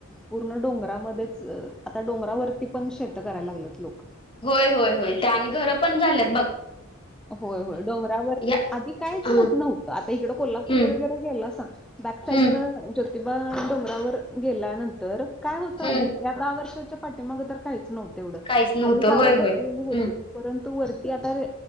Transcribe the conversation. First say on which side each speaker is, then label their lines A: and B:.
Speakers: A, in the centre; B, on the left.
A: पूर्ण डोंगरामध्येच आता डोंगरावरती पण शेत करायला लागत लोक
B: होय होय होय आणि घर पण झालं
A: होय होय डोंगरावर
B: या
A: आधी कायच
B: हं
A: नव्हतं आता इकड कोल्हापूरला
B: हम्म
A: वगरे गेला सांग बॅक साईड
B: हम्म
A: न प्रतिबा आणि डोंगरावर गेल्यानंतर काय होतं
B: हम्म
A: आधी या दहा वर्षाच्या पाठीमागे तर काहीच नव्हत तेवढ
B: काहीच नव्हतं
A: खाली गाव
B: होय
A: बसलेली
B: होय
A: होती
B: हम्म
A: परंतु वरती तर